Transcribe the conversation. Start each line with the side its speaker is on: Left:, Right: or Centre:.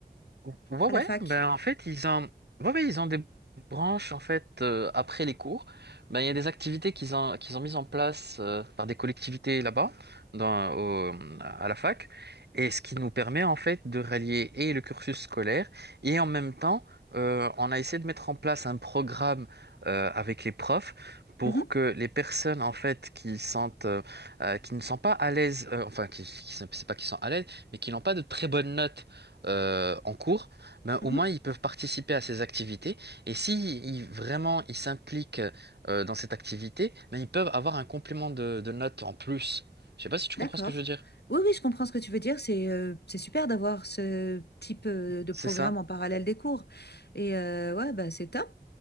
Right: Ou- Ouais,
Left: À
Right: ouais,
Left: la fac.
Right: ben en fait, ils ont, ouais, ouais, ils ont des branches, en fait, euh, après les cours. Ben, il y a des activités qu'ils ont, qu'ils ont mises en place euh, par des collectivités là-bas, dans, au- à la fac. Et ce qui nous permet, en fait, de rallier et le cursus scolaire, et en même temps, euh, on a essayé de mettre en place un programme euh, avec les profs pour
Left: Mhm,
Right: que les personnes, en fait, qui sentent euh, euh, qui ne sont pas à l'aise, euh, enfin, qui, qui, c'est pas qu'ils sont à l'aise, mais qui n'ont pas de très bonnes notes euh, en cours, ben,
Left: mhm.
Right: au moins ils peuvent participer à ces activités. Et si ils- vraiment ils s'impliquent euh, dans cette activité, ben, ils peuvent avoir un complément de, de notes en plus. Je sais pas si tu
Left: D'accord.
Right: comprends ce que je veux dire.
Left: Oui, oui, je comprends ce que tu veux dire. C'est euh, c'est super d'avoir ce type euh, de programme
Right: C'est ça.
Left: en parallèle des cours. Et euh, ouais, bah, c'est top.